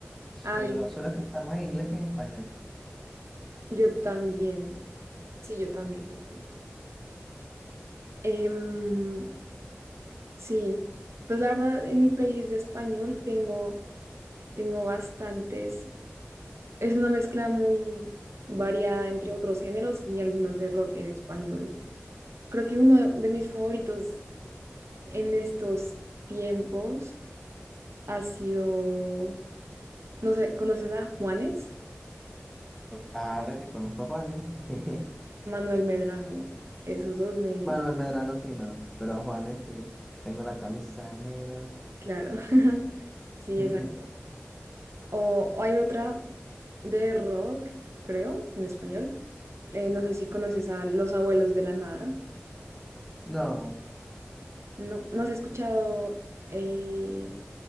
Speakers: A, in the centre; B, on the right.
A: Suelo,
B: Ay,
A: suelo escuchar más en inglés que en español.
B: yo también. Sí, yo también, yo también. Em, sí, pues la verdad, en mi playlist de español tengo, tengo bastantes. Es una mezcla muy variada entre otros géneros y algunas de rock en español. Creo que uno de mis favoritos en estos tiempos ha sido, no sé, ¿conoces a Juanes?
A: Claro que conozco a Juanes. <laughs>
B: Manuel Medrano, esos dos me,
A: Manuel Medrano sí, no, pero a Juanes sí. Tengo la camisa negra.
B: claro, <laughs> sí,
A: <laughs>
B: exacto. O, o hay otra de rock, creo, en español. Eh, no sé si conoces a Los Abuelos de la Nada.
A: No.
B: No, ¿no has escuchado eh,